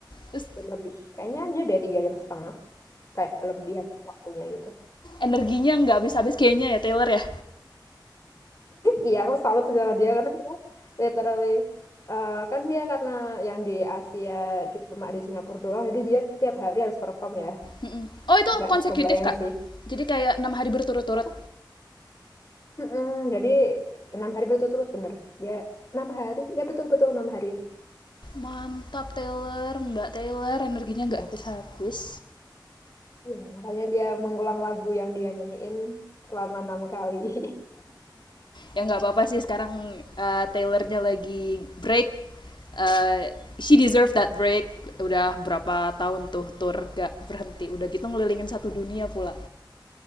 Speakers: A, on the left; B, on the left.
A: terus
B: Jadi lebih. Kayaknya dia deh tiga jam setengah. Kayak lebihan waktunya gitu.
A: energinya nggak habis-habis kayaknya ya Taylor ya
B: Iya, aku salut sama dia karena dia literally eh, kan dia karena yang di Asia cuma di Singapura doang, jadi dia tiap hari harus perform ya.
A: Mm. Oh itu
B: Gak
A: konsekutif
B: kebayang
A: kak.
B: sih.
A: Jadi kayak enam hari berturut-turut.
B: Apa? Mm-mm, jadi enam hari berturut-turut bener. Dia enam hari, ya betul-betul enam hari.
A: Mantap Taylor, Mbak Taylor, energinya nggak habis-habis.
B: Iya, makanya dia mengulang lagu yang dia nyanyiin selama enam kali. <laughs>
A: Ya nggak apa-apa sih sekarang eh, Taylornya lagi break. Eh, she deserve that break. Udah berapa tahun tuh tour gak berhenti. Udah gitu ngelilingin satu dunia pula.